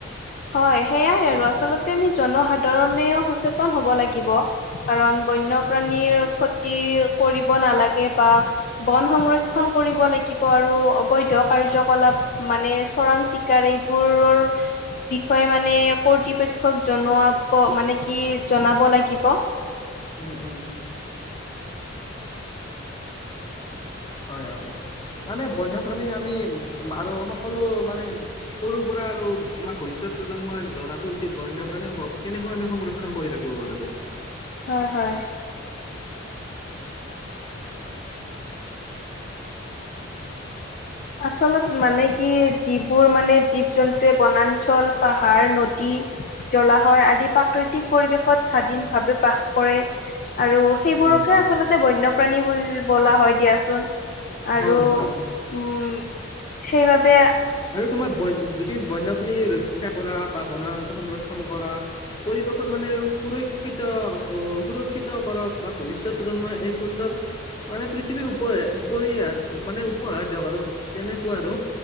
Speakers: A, on the left (about 45°); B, on the left (about 25°).
A: হয় সেইয়াই আৰু আচলতে আমি জনসাধাৰণেও সচেতন হব লাগিব। কাৰণ বন্যপ্ৰাণীৰ
B: উম উম
A: কৰিব নালাগে বা বন সংৰক্ষণ কৰিব লাগিব আৰু অবৈধ কাৰ্যকলাপ মানে চৰাং চিকাৰ এইবোৰৰ বিষয়ে মানে কৰ্তৃপক্ষক জনোৱাব মানে কি জনাব লাগিব।
B: উম উম। হয় হয় মানে বন্যপ্ৰাণীক আমি আৰু সকলো মানে সৰু পৰা আৰু আমাৰ ভৱিষ্যত প্ৰজন্মই জনাতো উচিত। বন্যপ্ৰাণীসমূহ কেনেকুৱা আমি সংৰক্ষণ কৰি ৰাখিব লাগে।
A: হয় হয়। আচলত মানে কি যিবোৰ মানে জীৱ জন্তুৱে বনাঞ্চল পাহাৰ নদী জ্বলাশয় আদি প্ৰাকৃতিক পৰিৱেশত স্বাধীন ভাৱে বাস কৰে আৰু সেইবোৰকে
B: উম উম
A: আচলতে বন্যপ্ৰাণী বুলি বোলা হয় দিয়াচোন। আৰু
B: হয় হয়
A: উম সেইবাবে
B: আৰু তোমাৰ বন যদি বন্যপ্ৰাণী ৰক্ষা কৰা বা বনা অঞ্চল সংৰক্ষ কৰা পৰিৱেশৰ মানে সুৰক্ষিত অ সুৰক্ষিত কৰক বা ভৱিষ্যত এই সুন্দৰ মানে পৃথিৱীৰ উপৰে উপৰি মানে পহা দিয়ক আৰু তেনেকুৱা আৰু।